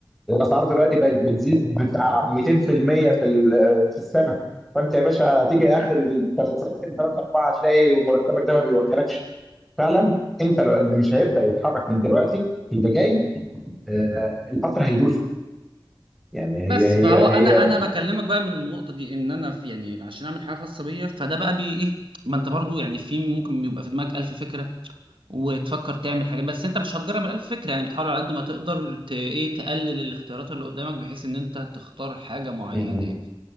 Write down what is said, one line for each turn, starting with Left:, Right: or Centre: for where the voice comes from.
Centre: الاسعار دلوقتي بقت بتزيد بتاع 200% في المئة في ال- في السنه فانت يا باشا هتيجي اخر الثلاث سنتين ثلاثه اربعه هتلاقي مرتبك ده ما بيوكلكش فعلا انت لو اللي مش هيبدا يتحرك من دلوقتي اللي جاي آه، القطر هيدوسه يعني
Right: بس
Centre: هي هي
Right: فهو انا
Centre: هي
Right: انا بكلمك بقى من النقطه دي ان انا في يعني عشان اعمل حاجه خاصه بيا فده بقى بي ايه ما انت برضو يعني في ممكن يبقى في دماغك الف فكره وتفكر تعمل حاجات بس انت مش هتجرب الالف فكره يعني بتحاول على قد ما تقدر ت... ايه تقلل الاختيارات اللي قدامك بحيث ان انت تختار حاجه معينه
Centre: م- م.
Right: يعني.